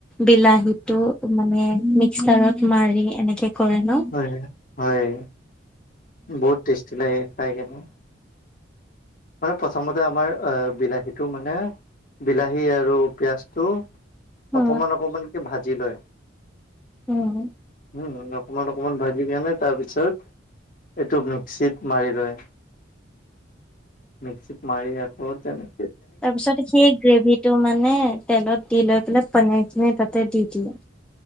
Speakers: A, in the centre; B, on the left.
A: বিলাহীতটো মানে মিক্সাৰত মাৰি এনেকে কৰে ন
B: হয় হয়। বহুত টেষ্টি লাগে খাই কেনে। মানে প্ৰথমতে আমাৰ বিলাহীটো মানে বিলাহী আৰু পিয়াঁজটো
A: অ
B: অকমান অকমানকে ভাজি লয়।
A: উম।
B: উম অকমান অকমান ভাজি নিয়ালে তাপিছত এইটো মিক্সিত মাৰি লয়। মিক্সিত মাৰি আকৌ তেনে
A: তাৰ পিছত সেই গ্ৰেভিটো মানে তেলত দি লৈ পেলাই পনীৰ খিনি তাত তাতে দি দিওঁ